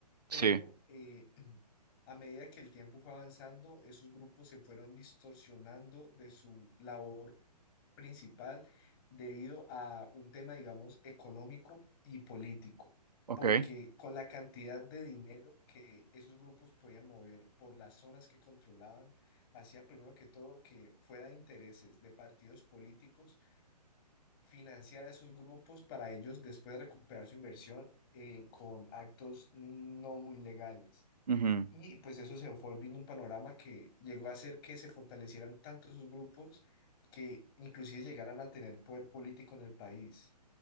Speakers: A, on the left (about 35°); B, on the right (about 70°).
A: Pero
B: Sí,
A: eh, <clears throat> a medida que el tiempo fue avanzando, esos grupos se fueron distorsionando de su labor principal debido a un tema, digamos, económico y político,
B: ok.
A: porque con la cantidad de dinero que esos grupos podían mover por las zonas que controlaban, hacía primero que todo que fuera de intereses de partidos políticos financiar a esos grupos para ellos después recuperar su inversión eh, con actos no muy legales.
B: ujú,
A: Y pues eso se fue volviendo un panorama que llegó a hacer que se fortalecieran tanto esos grupos que inclusive llegaran a tener poder político en el país.